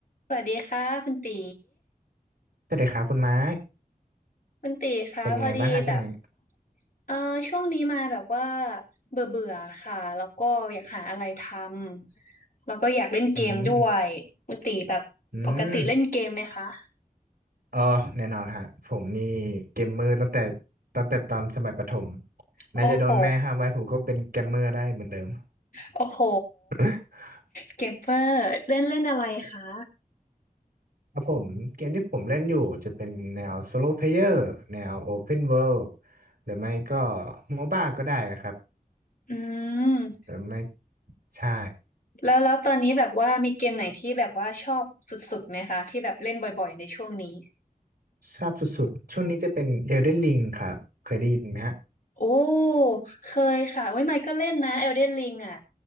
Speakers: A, on the left; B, on the right.
A: สวัสดีค่ะคุณตี
B: สวัสดีครับคุณไม้
A: คุณตีคะพอดีแบบ
B: เป็นไงบ้างฮะช่วงนี้
A: เออช่วงนี้มาแบบว่าเบื่อเบื่อค่ะแล้วก็อยากหาอะไรทำแล้วก็อยากเล่นเกมด้วยคุณตีแบบปกติเล่นเกมไหมคะ
B: อืมอืมเอ๋อแน่นอนฮะผมนี่เกมเมอร์ตั้งแต่ตั้งแต่ตอนสมัยประถมแม้จะโดนแม่ห้ามไว้ผมก็เป็นเกมเมอร์ได้เหมือนเดิม
A: โอ้โหโอ้โห
B: <coughs>
A: เกมเมอร์เล่นเล่นอะไรคะ
B: <laughs> ครับผมเกมที่ผมเล่นอยู่จะเป็นแนว s o โล p เพ y เ r อร์แนว Open World หรือไม่ก็โมบ้าก็ได้นะครับ
A: อืม
B: หรือไม่ใช่
A: แล้วแล้วตอนนี้แบบว่ามีเกมไหนที่แบบว่าชอบสุดๆไหมคะที่แบบเล่นบ่อยๆในช่วงนี้
B: ชอบสุดๆช่วงนี้จะเป็น Elden Ring ครับเคยได้ยินไหมฮะ
A: โอ้เคยค่ะเว้ยไมค์ก็เล่นนะ Elden Ring อ่ะ